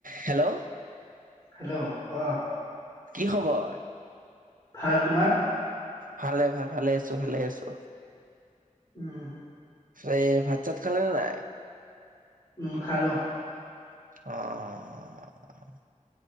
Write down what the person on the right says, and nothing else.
হেল্ল'?
কি খবৰ?
ভালে, ভা-ভাল ভালে আছো, ভালে আছো।
এই ভাত চাত খালে নে নাই?
অ'